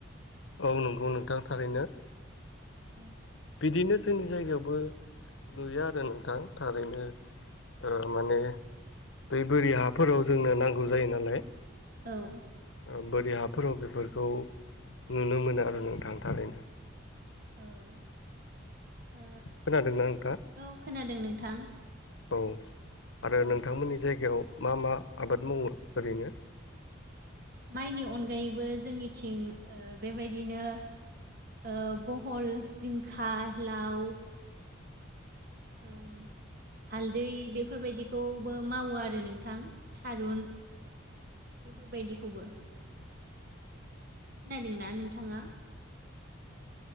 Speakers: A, on the left; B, on the right.
A: औ नंगौ नोंथां थारैनो
B: औ
A: बिदिनो जोंनि जायगायावबो नुयो आरो नोंथां थारैनो ओ माने दै बोरि हाफोराव जोंनो नांगौ जायो नालाय
B: औ
A: ओ बोरै हाफोराव बेफोरखौ नुनो मोनो आरो नोंथां थारैनो
B: औ ओ
A: खोनादोंना नोंथा
B: औ खोनादों नोंथां
A: औ आरो
B: औ
A: नोंथांमोननि जायगायाव मा मा आबाद मावो ओरैनो
B: माइनि अनगायैबो जोंनिथिं ओ बेबायदिनो ओ बहल जिंखा लाव ओं हालदै बेफोरबायदिखौबो मावो आरो नोंथां थारुन बेफोरबायदिखौबो, खोनादोंना नोंथाङा?